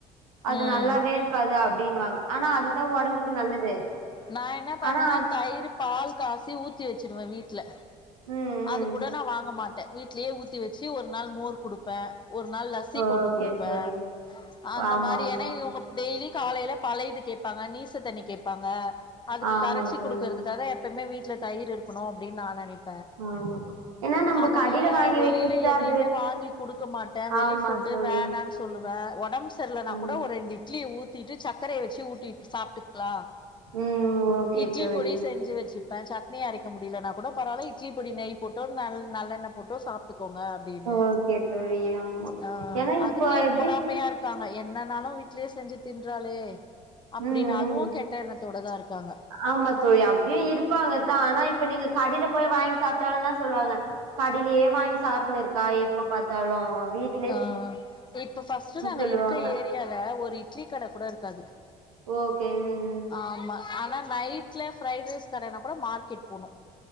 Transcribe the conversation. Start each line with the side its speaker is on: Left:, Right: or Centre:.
Right: அது
Left: ம்
Right: நல்லாவே இருக்காது அப்டினுவாங்க ஆனா அதுதா ஒடம்புக்கு நல்லது
Left: நா என்ன பண்ணுவே
Right: ஆனா அது
Left: தயிர் பால் காசி ஊத்தி வச்சிருவே வீட்ல
Right: ம்
Left: அது
Right: ம்
Left: கூட நா வாங்க மாட்டே வீட்லே ஊத்தி வச்சு ஒரு நாள் மோர் குடுப்பே ஒரு நாள் ல சி
Right: ஓகே
Left: போட்டு குடுப்பே
Right: தோழி
Left: அந்த
Right: ஆமா
Left: மாரி
Right: ஆமா
Left: ஏன்னா இவ்ங்க டெய்லி காலேயில பழயிது கேப்பாங்க நீச தண்ணி கேப்பாங்க அதுக்கு
Right: ஆமா
Left: கரைச்சி
Right: தோழி
Left: குடுக்கறதுக்காக எப்பையுமே வீட்ல தயிர் இருக்கனு அப்டினு நா நெனைக்
Right: ஆமா ஏன்னா நம்ம
Left: அதனால
Right: கடைல வாங்கி
Left: வெளில
Right: வைக்கிறது
Left: எதையுமே
Right: அது
Left: வாங்கி குடுக்க மாட்டே
Right: ஆமா
Left: வெளி ஃபுட்டு
Right: தோழி
Left: வேணான் சொல்லுவே ஒடம்பு சரியிலனா
Right: ஆமா
Left: கூட ஒரு ரெண்டு இட்லி ஊத்திட்டு சக்கரய வச்சு ஊட்டிட்டு சாப்ட்டுக்கலா
Right: ம் ஓகே
Left: இட்லி
Right: தோழி
Left: பொடி செஞ்சு வச்சுப்பே சட்னி அரைக்க முடியலனா கூட பரவால்ல இட்லி ப்பொடி நெய் போட்டு நல் நல்லெண்ண போட்டு சாப்ட்டுக்கோங்க அப்டின்னு
Right: ஓகே தோழி ஆமா
Left: ஆ
Right: ஏன்னா இப்ப
Left: அதுக்கே
Right: எப்டி
Left: பொறாமையா இருக் க்காங்க என்னனாலு வீட்லே செஞ்சு தின்றாலே அப்டின்னு
Right: ம்
Left: அதுவு
Right: ம்
Left: கெட்ட எண்ணத்தோடதா இருக்காங்க
Right: ஆமா தோழி அப்டியு இருப்பாங்கதா ஆனா இப்ப நீங்க கடைல போய் வாங்கி சாப்ட்டாலு என்ன சொல்லுவாங்க கடைலேயே வாங்கி சாப்ட்னு இருக்கா எப்ப பாத்தாலு வீட்
Left: ஆ இப்ப ஃபஸ்ட்டு நாங்க
Right: சொல்லுவாங்க
Left: இருக்ற ஏரியால ஒரு இட்லி கட கூட இருக்காது
Right: ஓகே ம் ம்
Left: ஆமா ஆனா நைட்ல ஃப்ரைட் ரைஸ் கடனா கூட மார்க்கெட் போணு